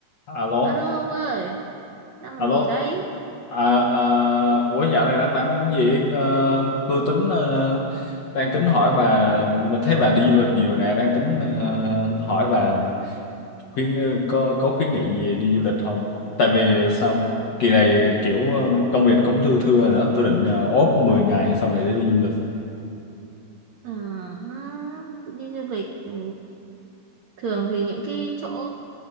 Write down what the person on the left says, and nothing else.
alo
alo
à, à ủa dạo này đang làm cái gì Ờ, tôi tính ờ, đang tính hỏi bà mà thấy bà đi du lịch nhiều nè đang tính ờ, hỏi bà khuyên có có khuyến nghị gì đi du lịch không tại vì sao kỳ này kiểu ờ, công việc nó cũng thưa thưa nữa tôi định ờ, ốp 10 ngày xong rồi để đi du lịch